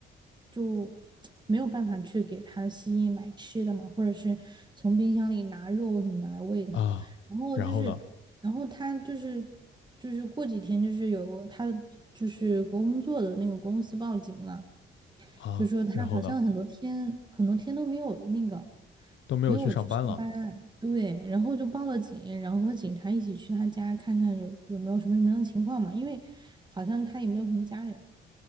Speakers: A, on the right; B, on the left.
A: 就 <tsk> 没有办法去给它吸引买吃的嘛，或者是从冰箱里拿肉什么的来喂它，
B: 啊，
A: 然后就是然后他就是
B: 然后呢
A: 就是过几天就是有个他的就是工作的那个公司报警了，
B: 啊，
A: 就说他好像很多天很多天都没有那个
B: 然后呢都没有去上班了。
A: 没有去上班，对，然后就报了警，然后和警察一起去他家看看有有没有什么什么样的情况嘛，因为好像他也没有什么家人，